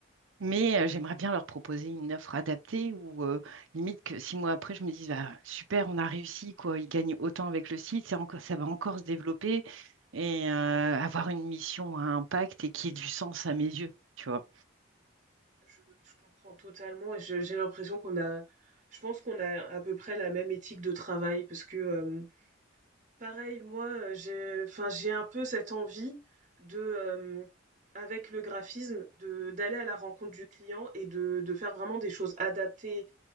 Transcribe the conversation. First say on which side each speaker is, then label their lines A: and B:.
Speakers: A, on the right (about 70°); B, on the right (about 35°).
A: Mais euh, j'aimerais bien leur proposer une offre adaptée ou euh, limite que six mois après, je me dise, Bah, super, on a réussi, quoi. Ils gagnent autant avec le site, c'est encore, ça va encore se développer et euh, avoir une mission à impact et qui ait du sens à mes yeux, tu vois.
B: Je, je comprends totalement et je- j'ai l'impression qu'on a, je pense qu'on a à peu près la même éthique de travail parce que euh, Pareil, moi, euh, j'ai, enfin, j'ai un peu cette envie de, euh, avec le graphisme, de d'aller à la rencontre du client et de, de faire vraiment des choses adaptées